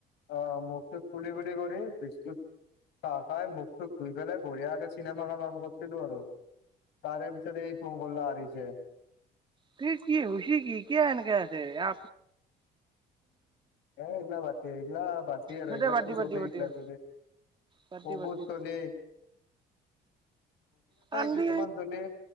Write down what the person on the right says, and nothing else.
কি কি হৈছে কি কিয় এনেকা হৈছে আ
হ
দে বাদ
দি বাদ
দি বাদ
দি অ
বাদ
দি বাদ দি
কান্দি